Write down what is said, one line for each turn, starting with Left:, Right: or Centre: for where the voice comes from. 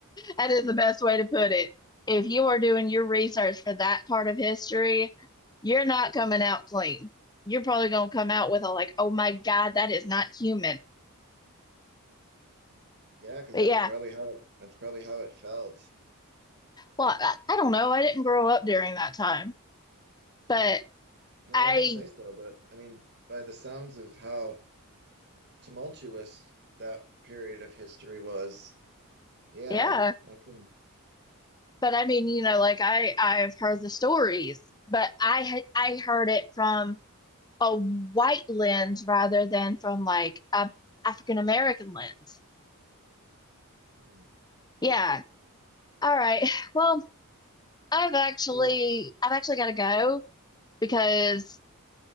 Left: That is the best way to put it. If you are doing your research for that part of history, you're not coming out clean. You're probably going to come out with a like, oh my God, that is not human.
Right: Yeah, because
Left: But
Right: that's
Left: yeah,
Right: probably how it that's probably how it felt.
Left: Well, I, I don't know. I didn't grow up during that time, but
Right: No,
Left: I,
Right: I didn't say so, but I mean, by the sounds of how tumultuous that period of history was, yeah,
Left: yeah.
Right: I can.
Left: But I mean, you know, like I, I've heard the stories, but I had, I heard it from a white lens rather than from like a African American lens.
Right: Hmm.
Left: Yeah. All right. <laughs> Well, I've actually,
Right: Well,
Left: I've actually got to go because